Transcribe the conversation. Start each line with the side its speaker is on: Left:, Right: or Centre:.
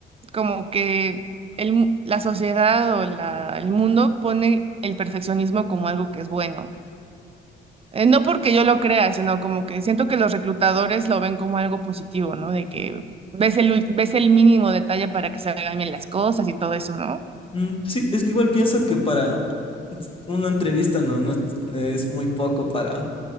Right: como que el, mu- la sociedad o la, el mundo pone el perfeccionismo como algo que es bueno. Eh, no porque yo lo crea, sino como que siento que los reclutadores lo ven como algo positivo, ¿no? De que ves el, ul- ves el mínimo detalle para que salgan bien las cosas y todo eso, ¿no?
Left: Mm, sí, es que igual pienso que para una entrevista no, no es, es muy poco para,